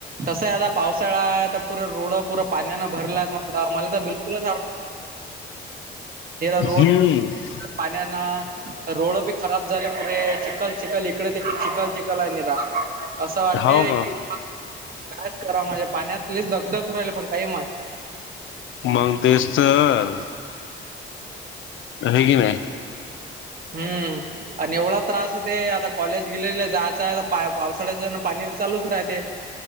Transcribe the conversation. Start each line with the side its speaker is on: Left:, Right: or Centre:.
Right: कसं आता पावसाळा तर पुरे रोड पुरं पाण्यान भरला म्ह मला तर बिलु. <unintelligible>
Left: हम्म
Right: रोड बी खराब झाले पुरे चिखल चिखल इकडे तिकडे चिखल चिखल आहे नि रा. असं वाटते
Left: हाव का
Right: की काय करा म्हणजे पाण्यातलेच दगधखु राले पण काही म्हण.
Left: मंग तेच तर है की नाई.
Right: हम्म अन एवढा त्रास होते आता कॉलेज बिलेजले जा पावसाळ्याच्यानं पाणी चालूच राहते,